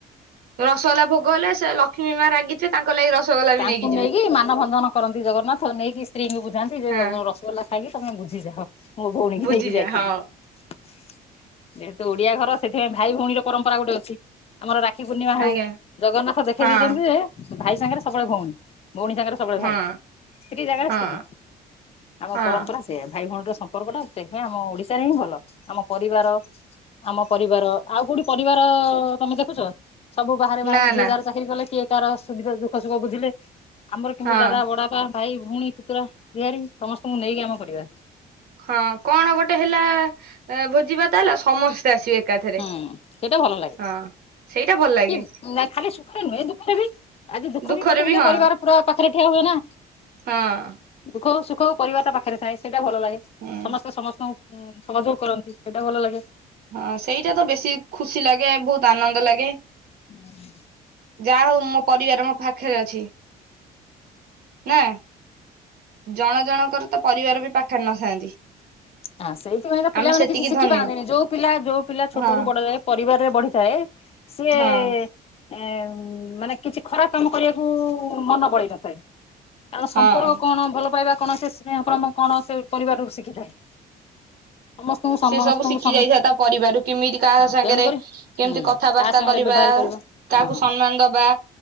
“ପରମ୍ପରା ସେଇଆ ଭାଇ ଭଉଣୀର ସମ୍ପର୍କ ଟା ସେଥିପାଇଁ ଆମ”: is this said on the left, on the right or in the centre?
Left